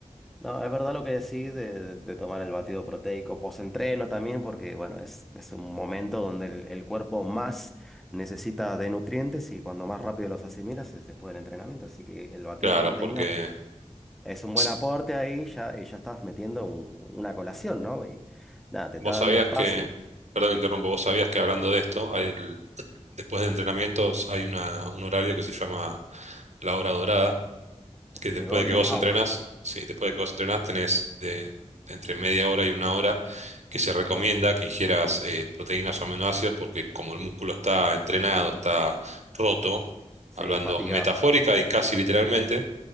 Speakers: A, in the centre; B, on the right.
A: No, es verdad lo que decís de, de tomar el batido proteico post-entreno también, porque bueno, es, es un momento donde el, el cuerpo más necesita de nutrientes y cuando más rápido los asimilas es después del entrenamiento. Así que el batido
B: Claro,
A: de proteína
B: porque
A: es un buen
B: se-
A: aporte ahí ya, y ya estás metiendo un- una colación, ¿no? Y nada, te está
B: vos
A: dando
B: sabías
A: espacio.
B: que, perdón,
A: Sí,
B: me interrumpo, vos sabías que hablando de esto, hay Después de entrenamientos hay una, un horario que se llama la hora dorada, que después
A: the golden
B: de que vos
A: hour,
B: entrenás, sí, después de que vos entrenás tenés de, entre media hora y una hora que se
A: es
B: recomienda
A: verdad.
B: que ingieras eh, proteínas o aminoácidos porque como el músculo está entrenado, está roto,
A: Sí,
B: hablando
A: fatigado.
B: metafórica y casi literalmente,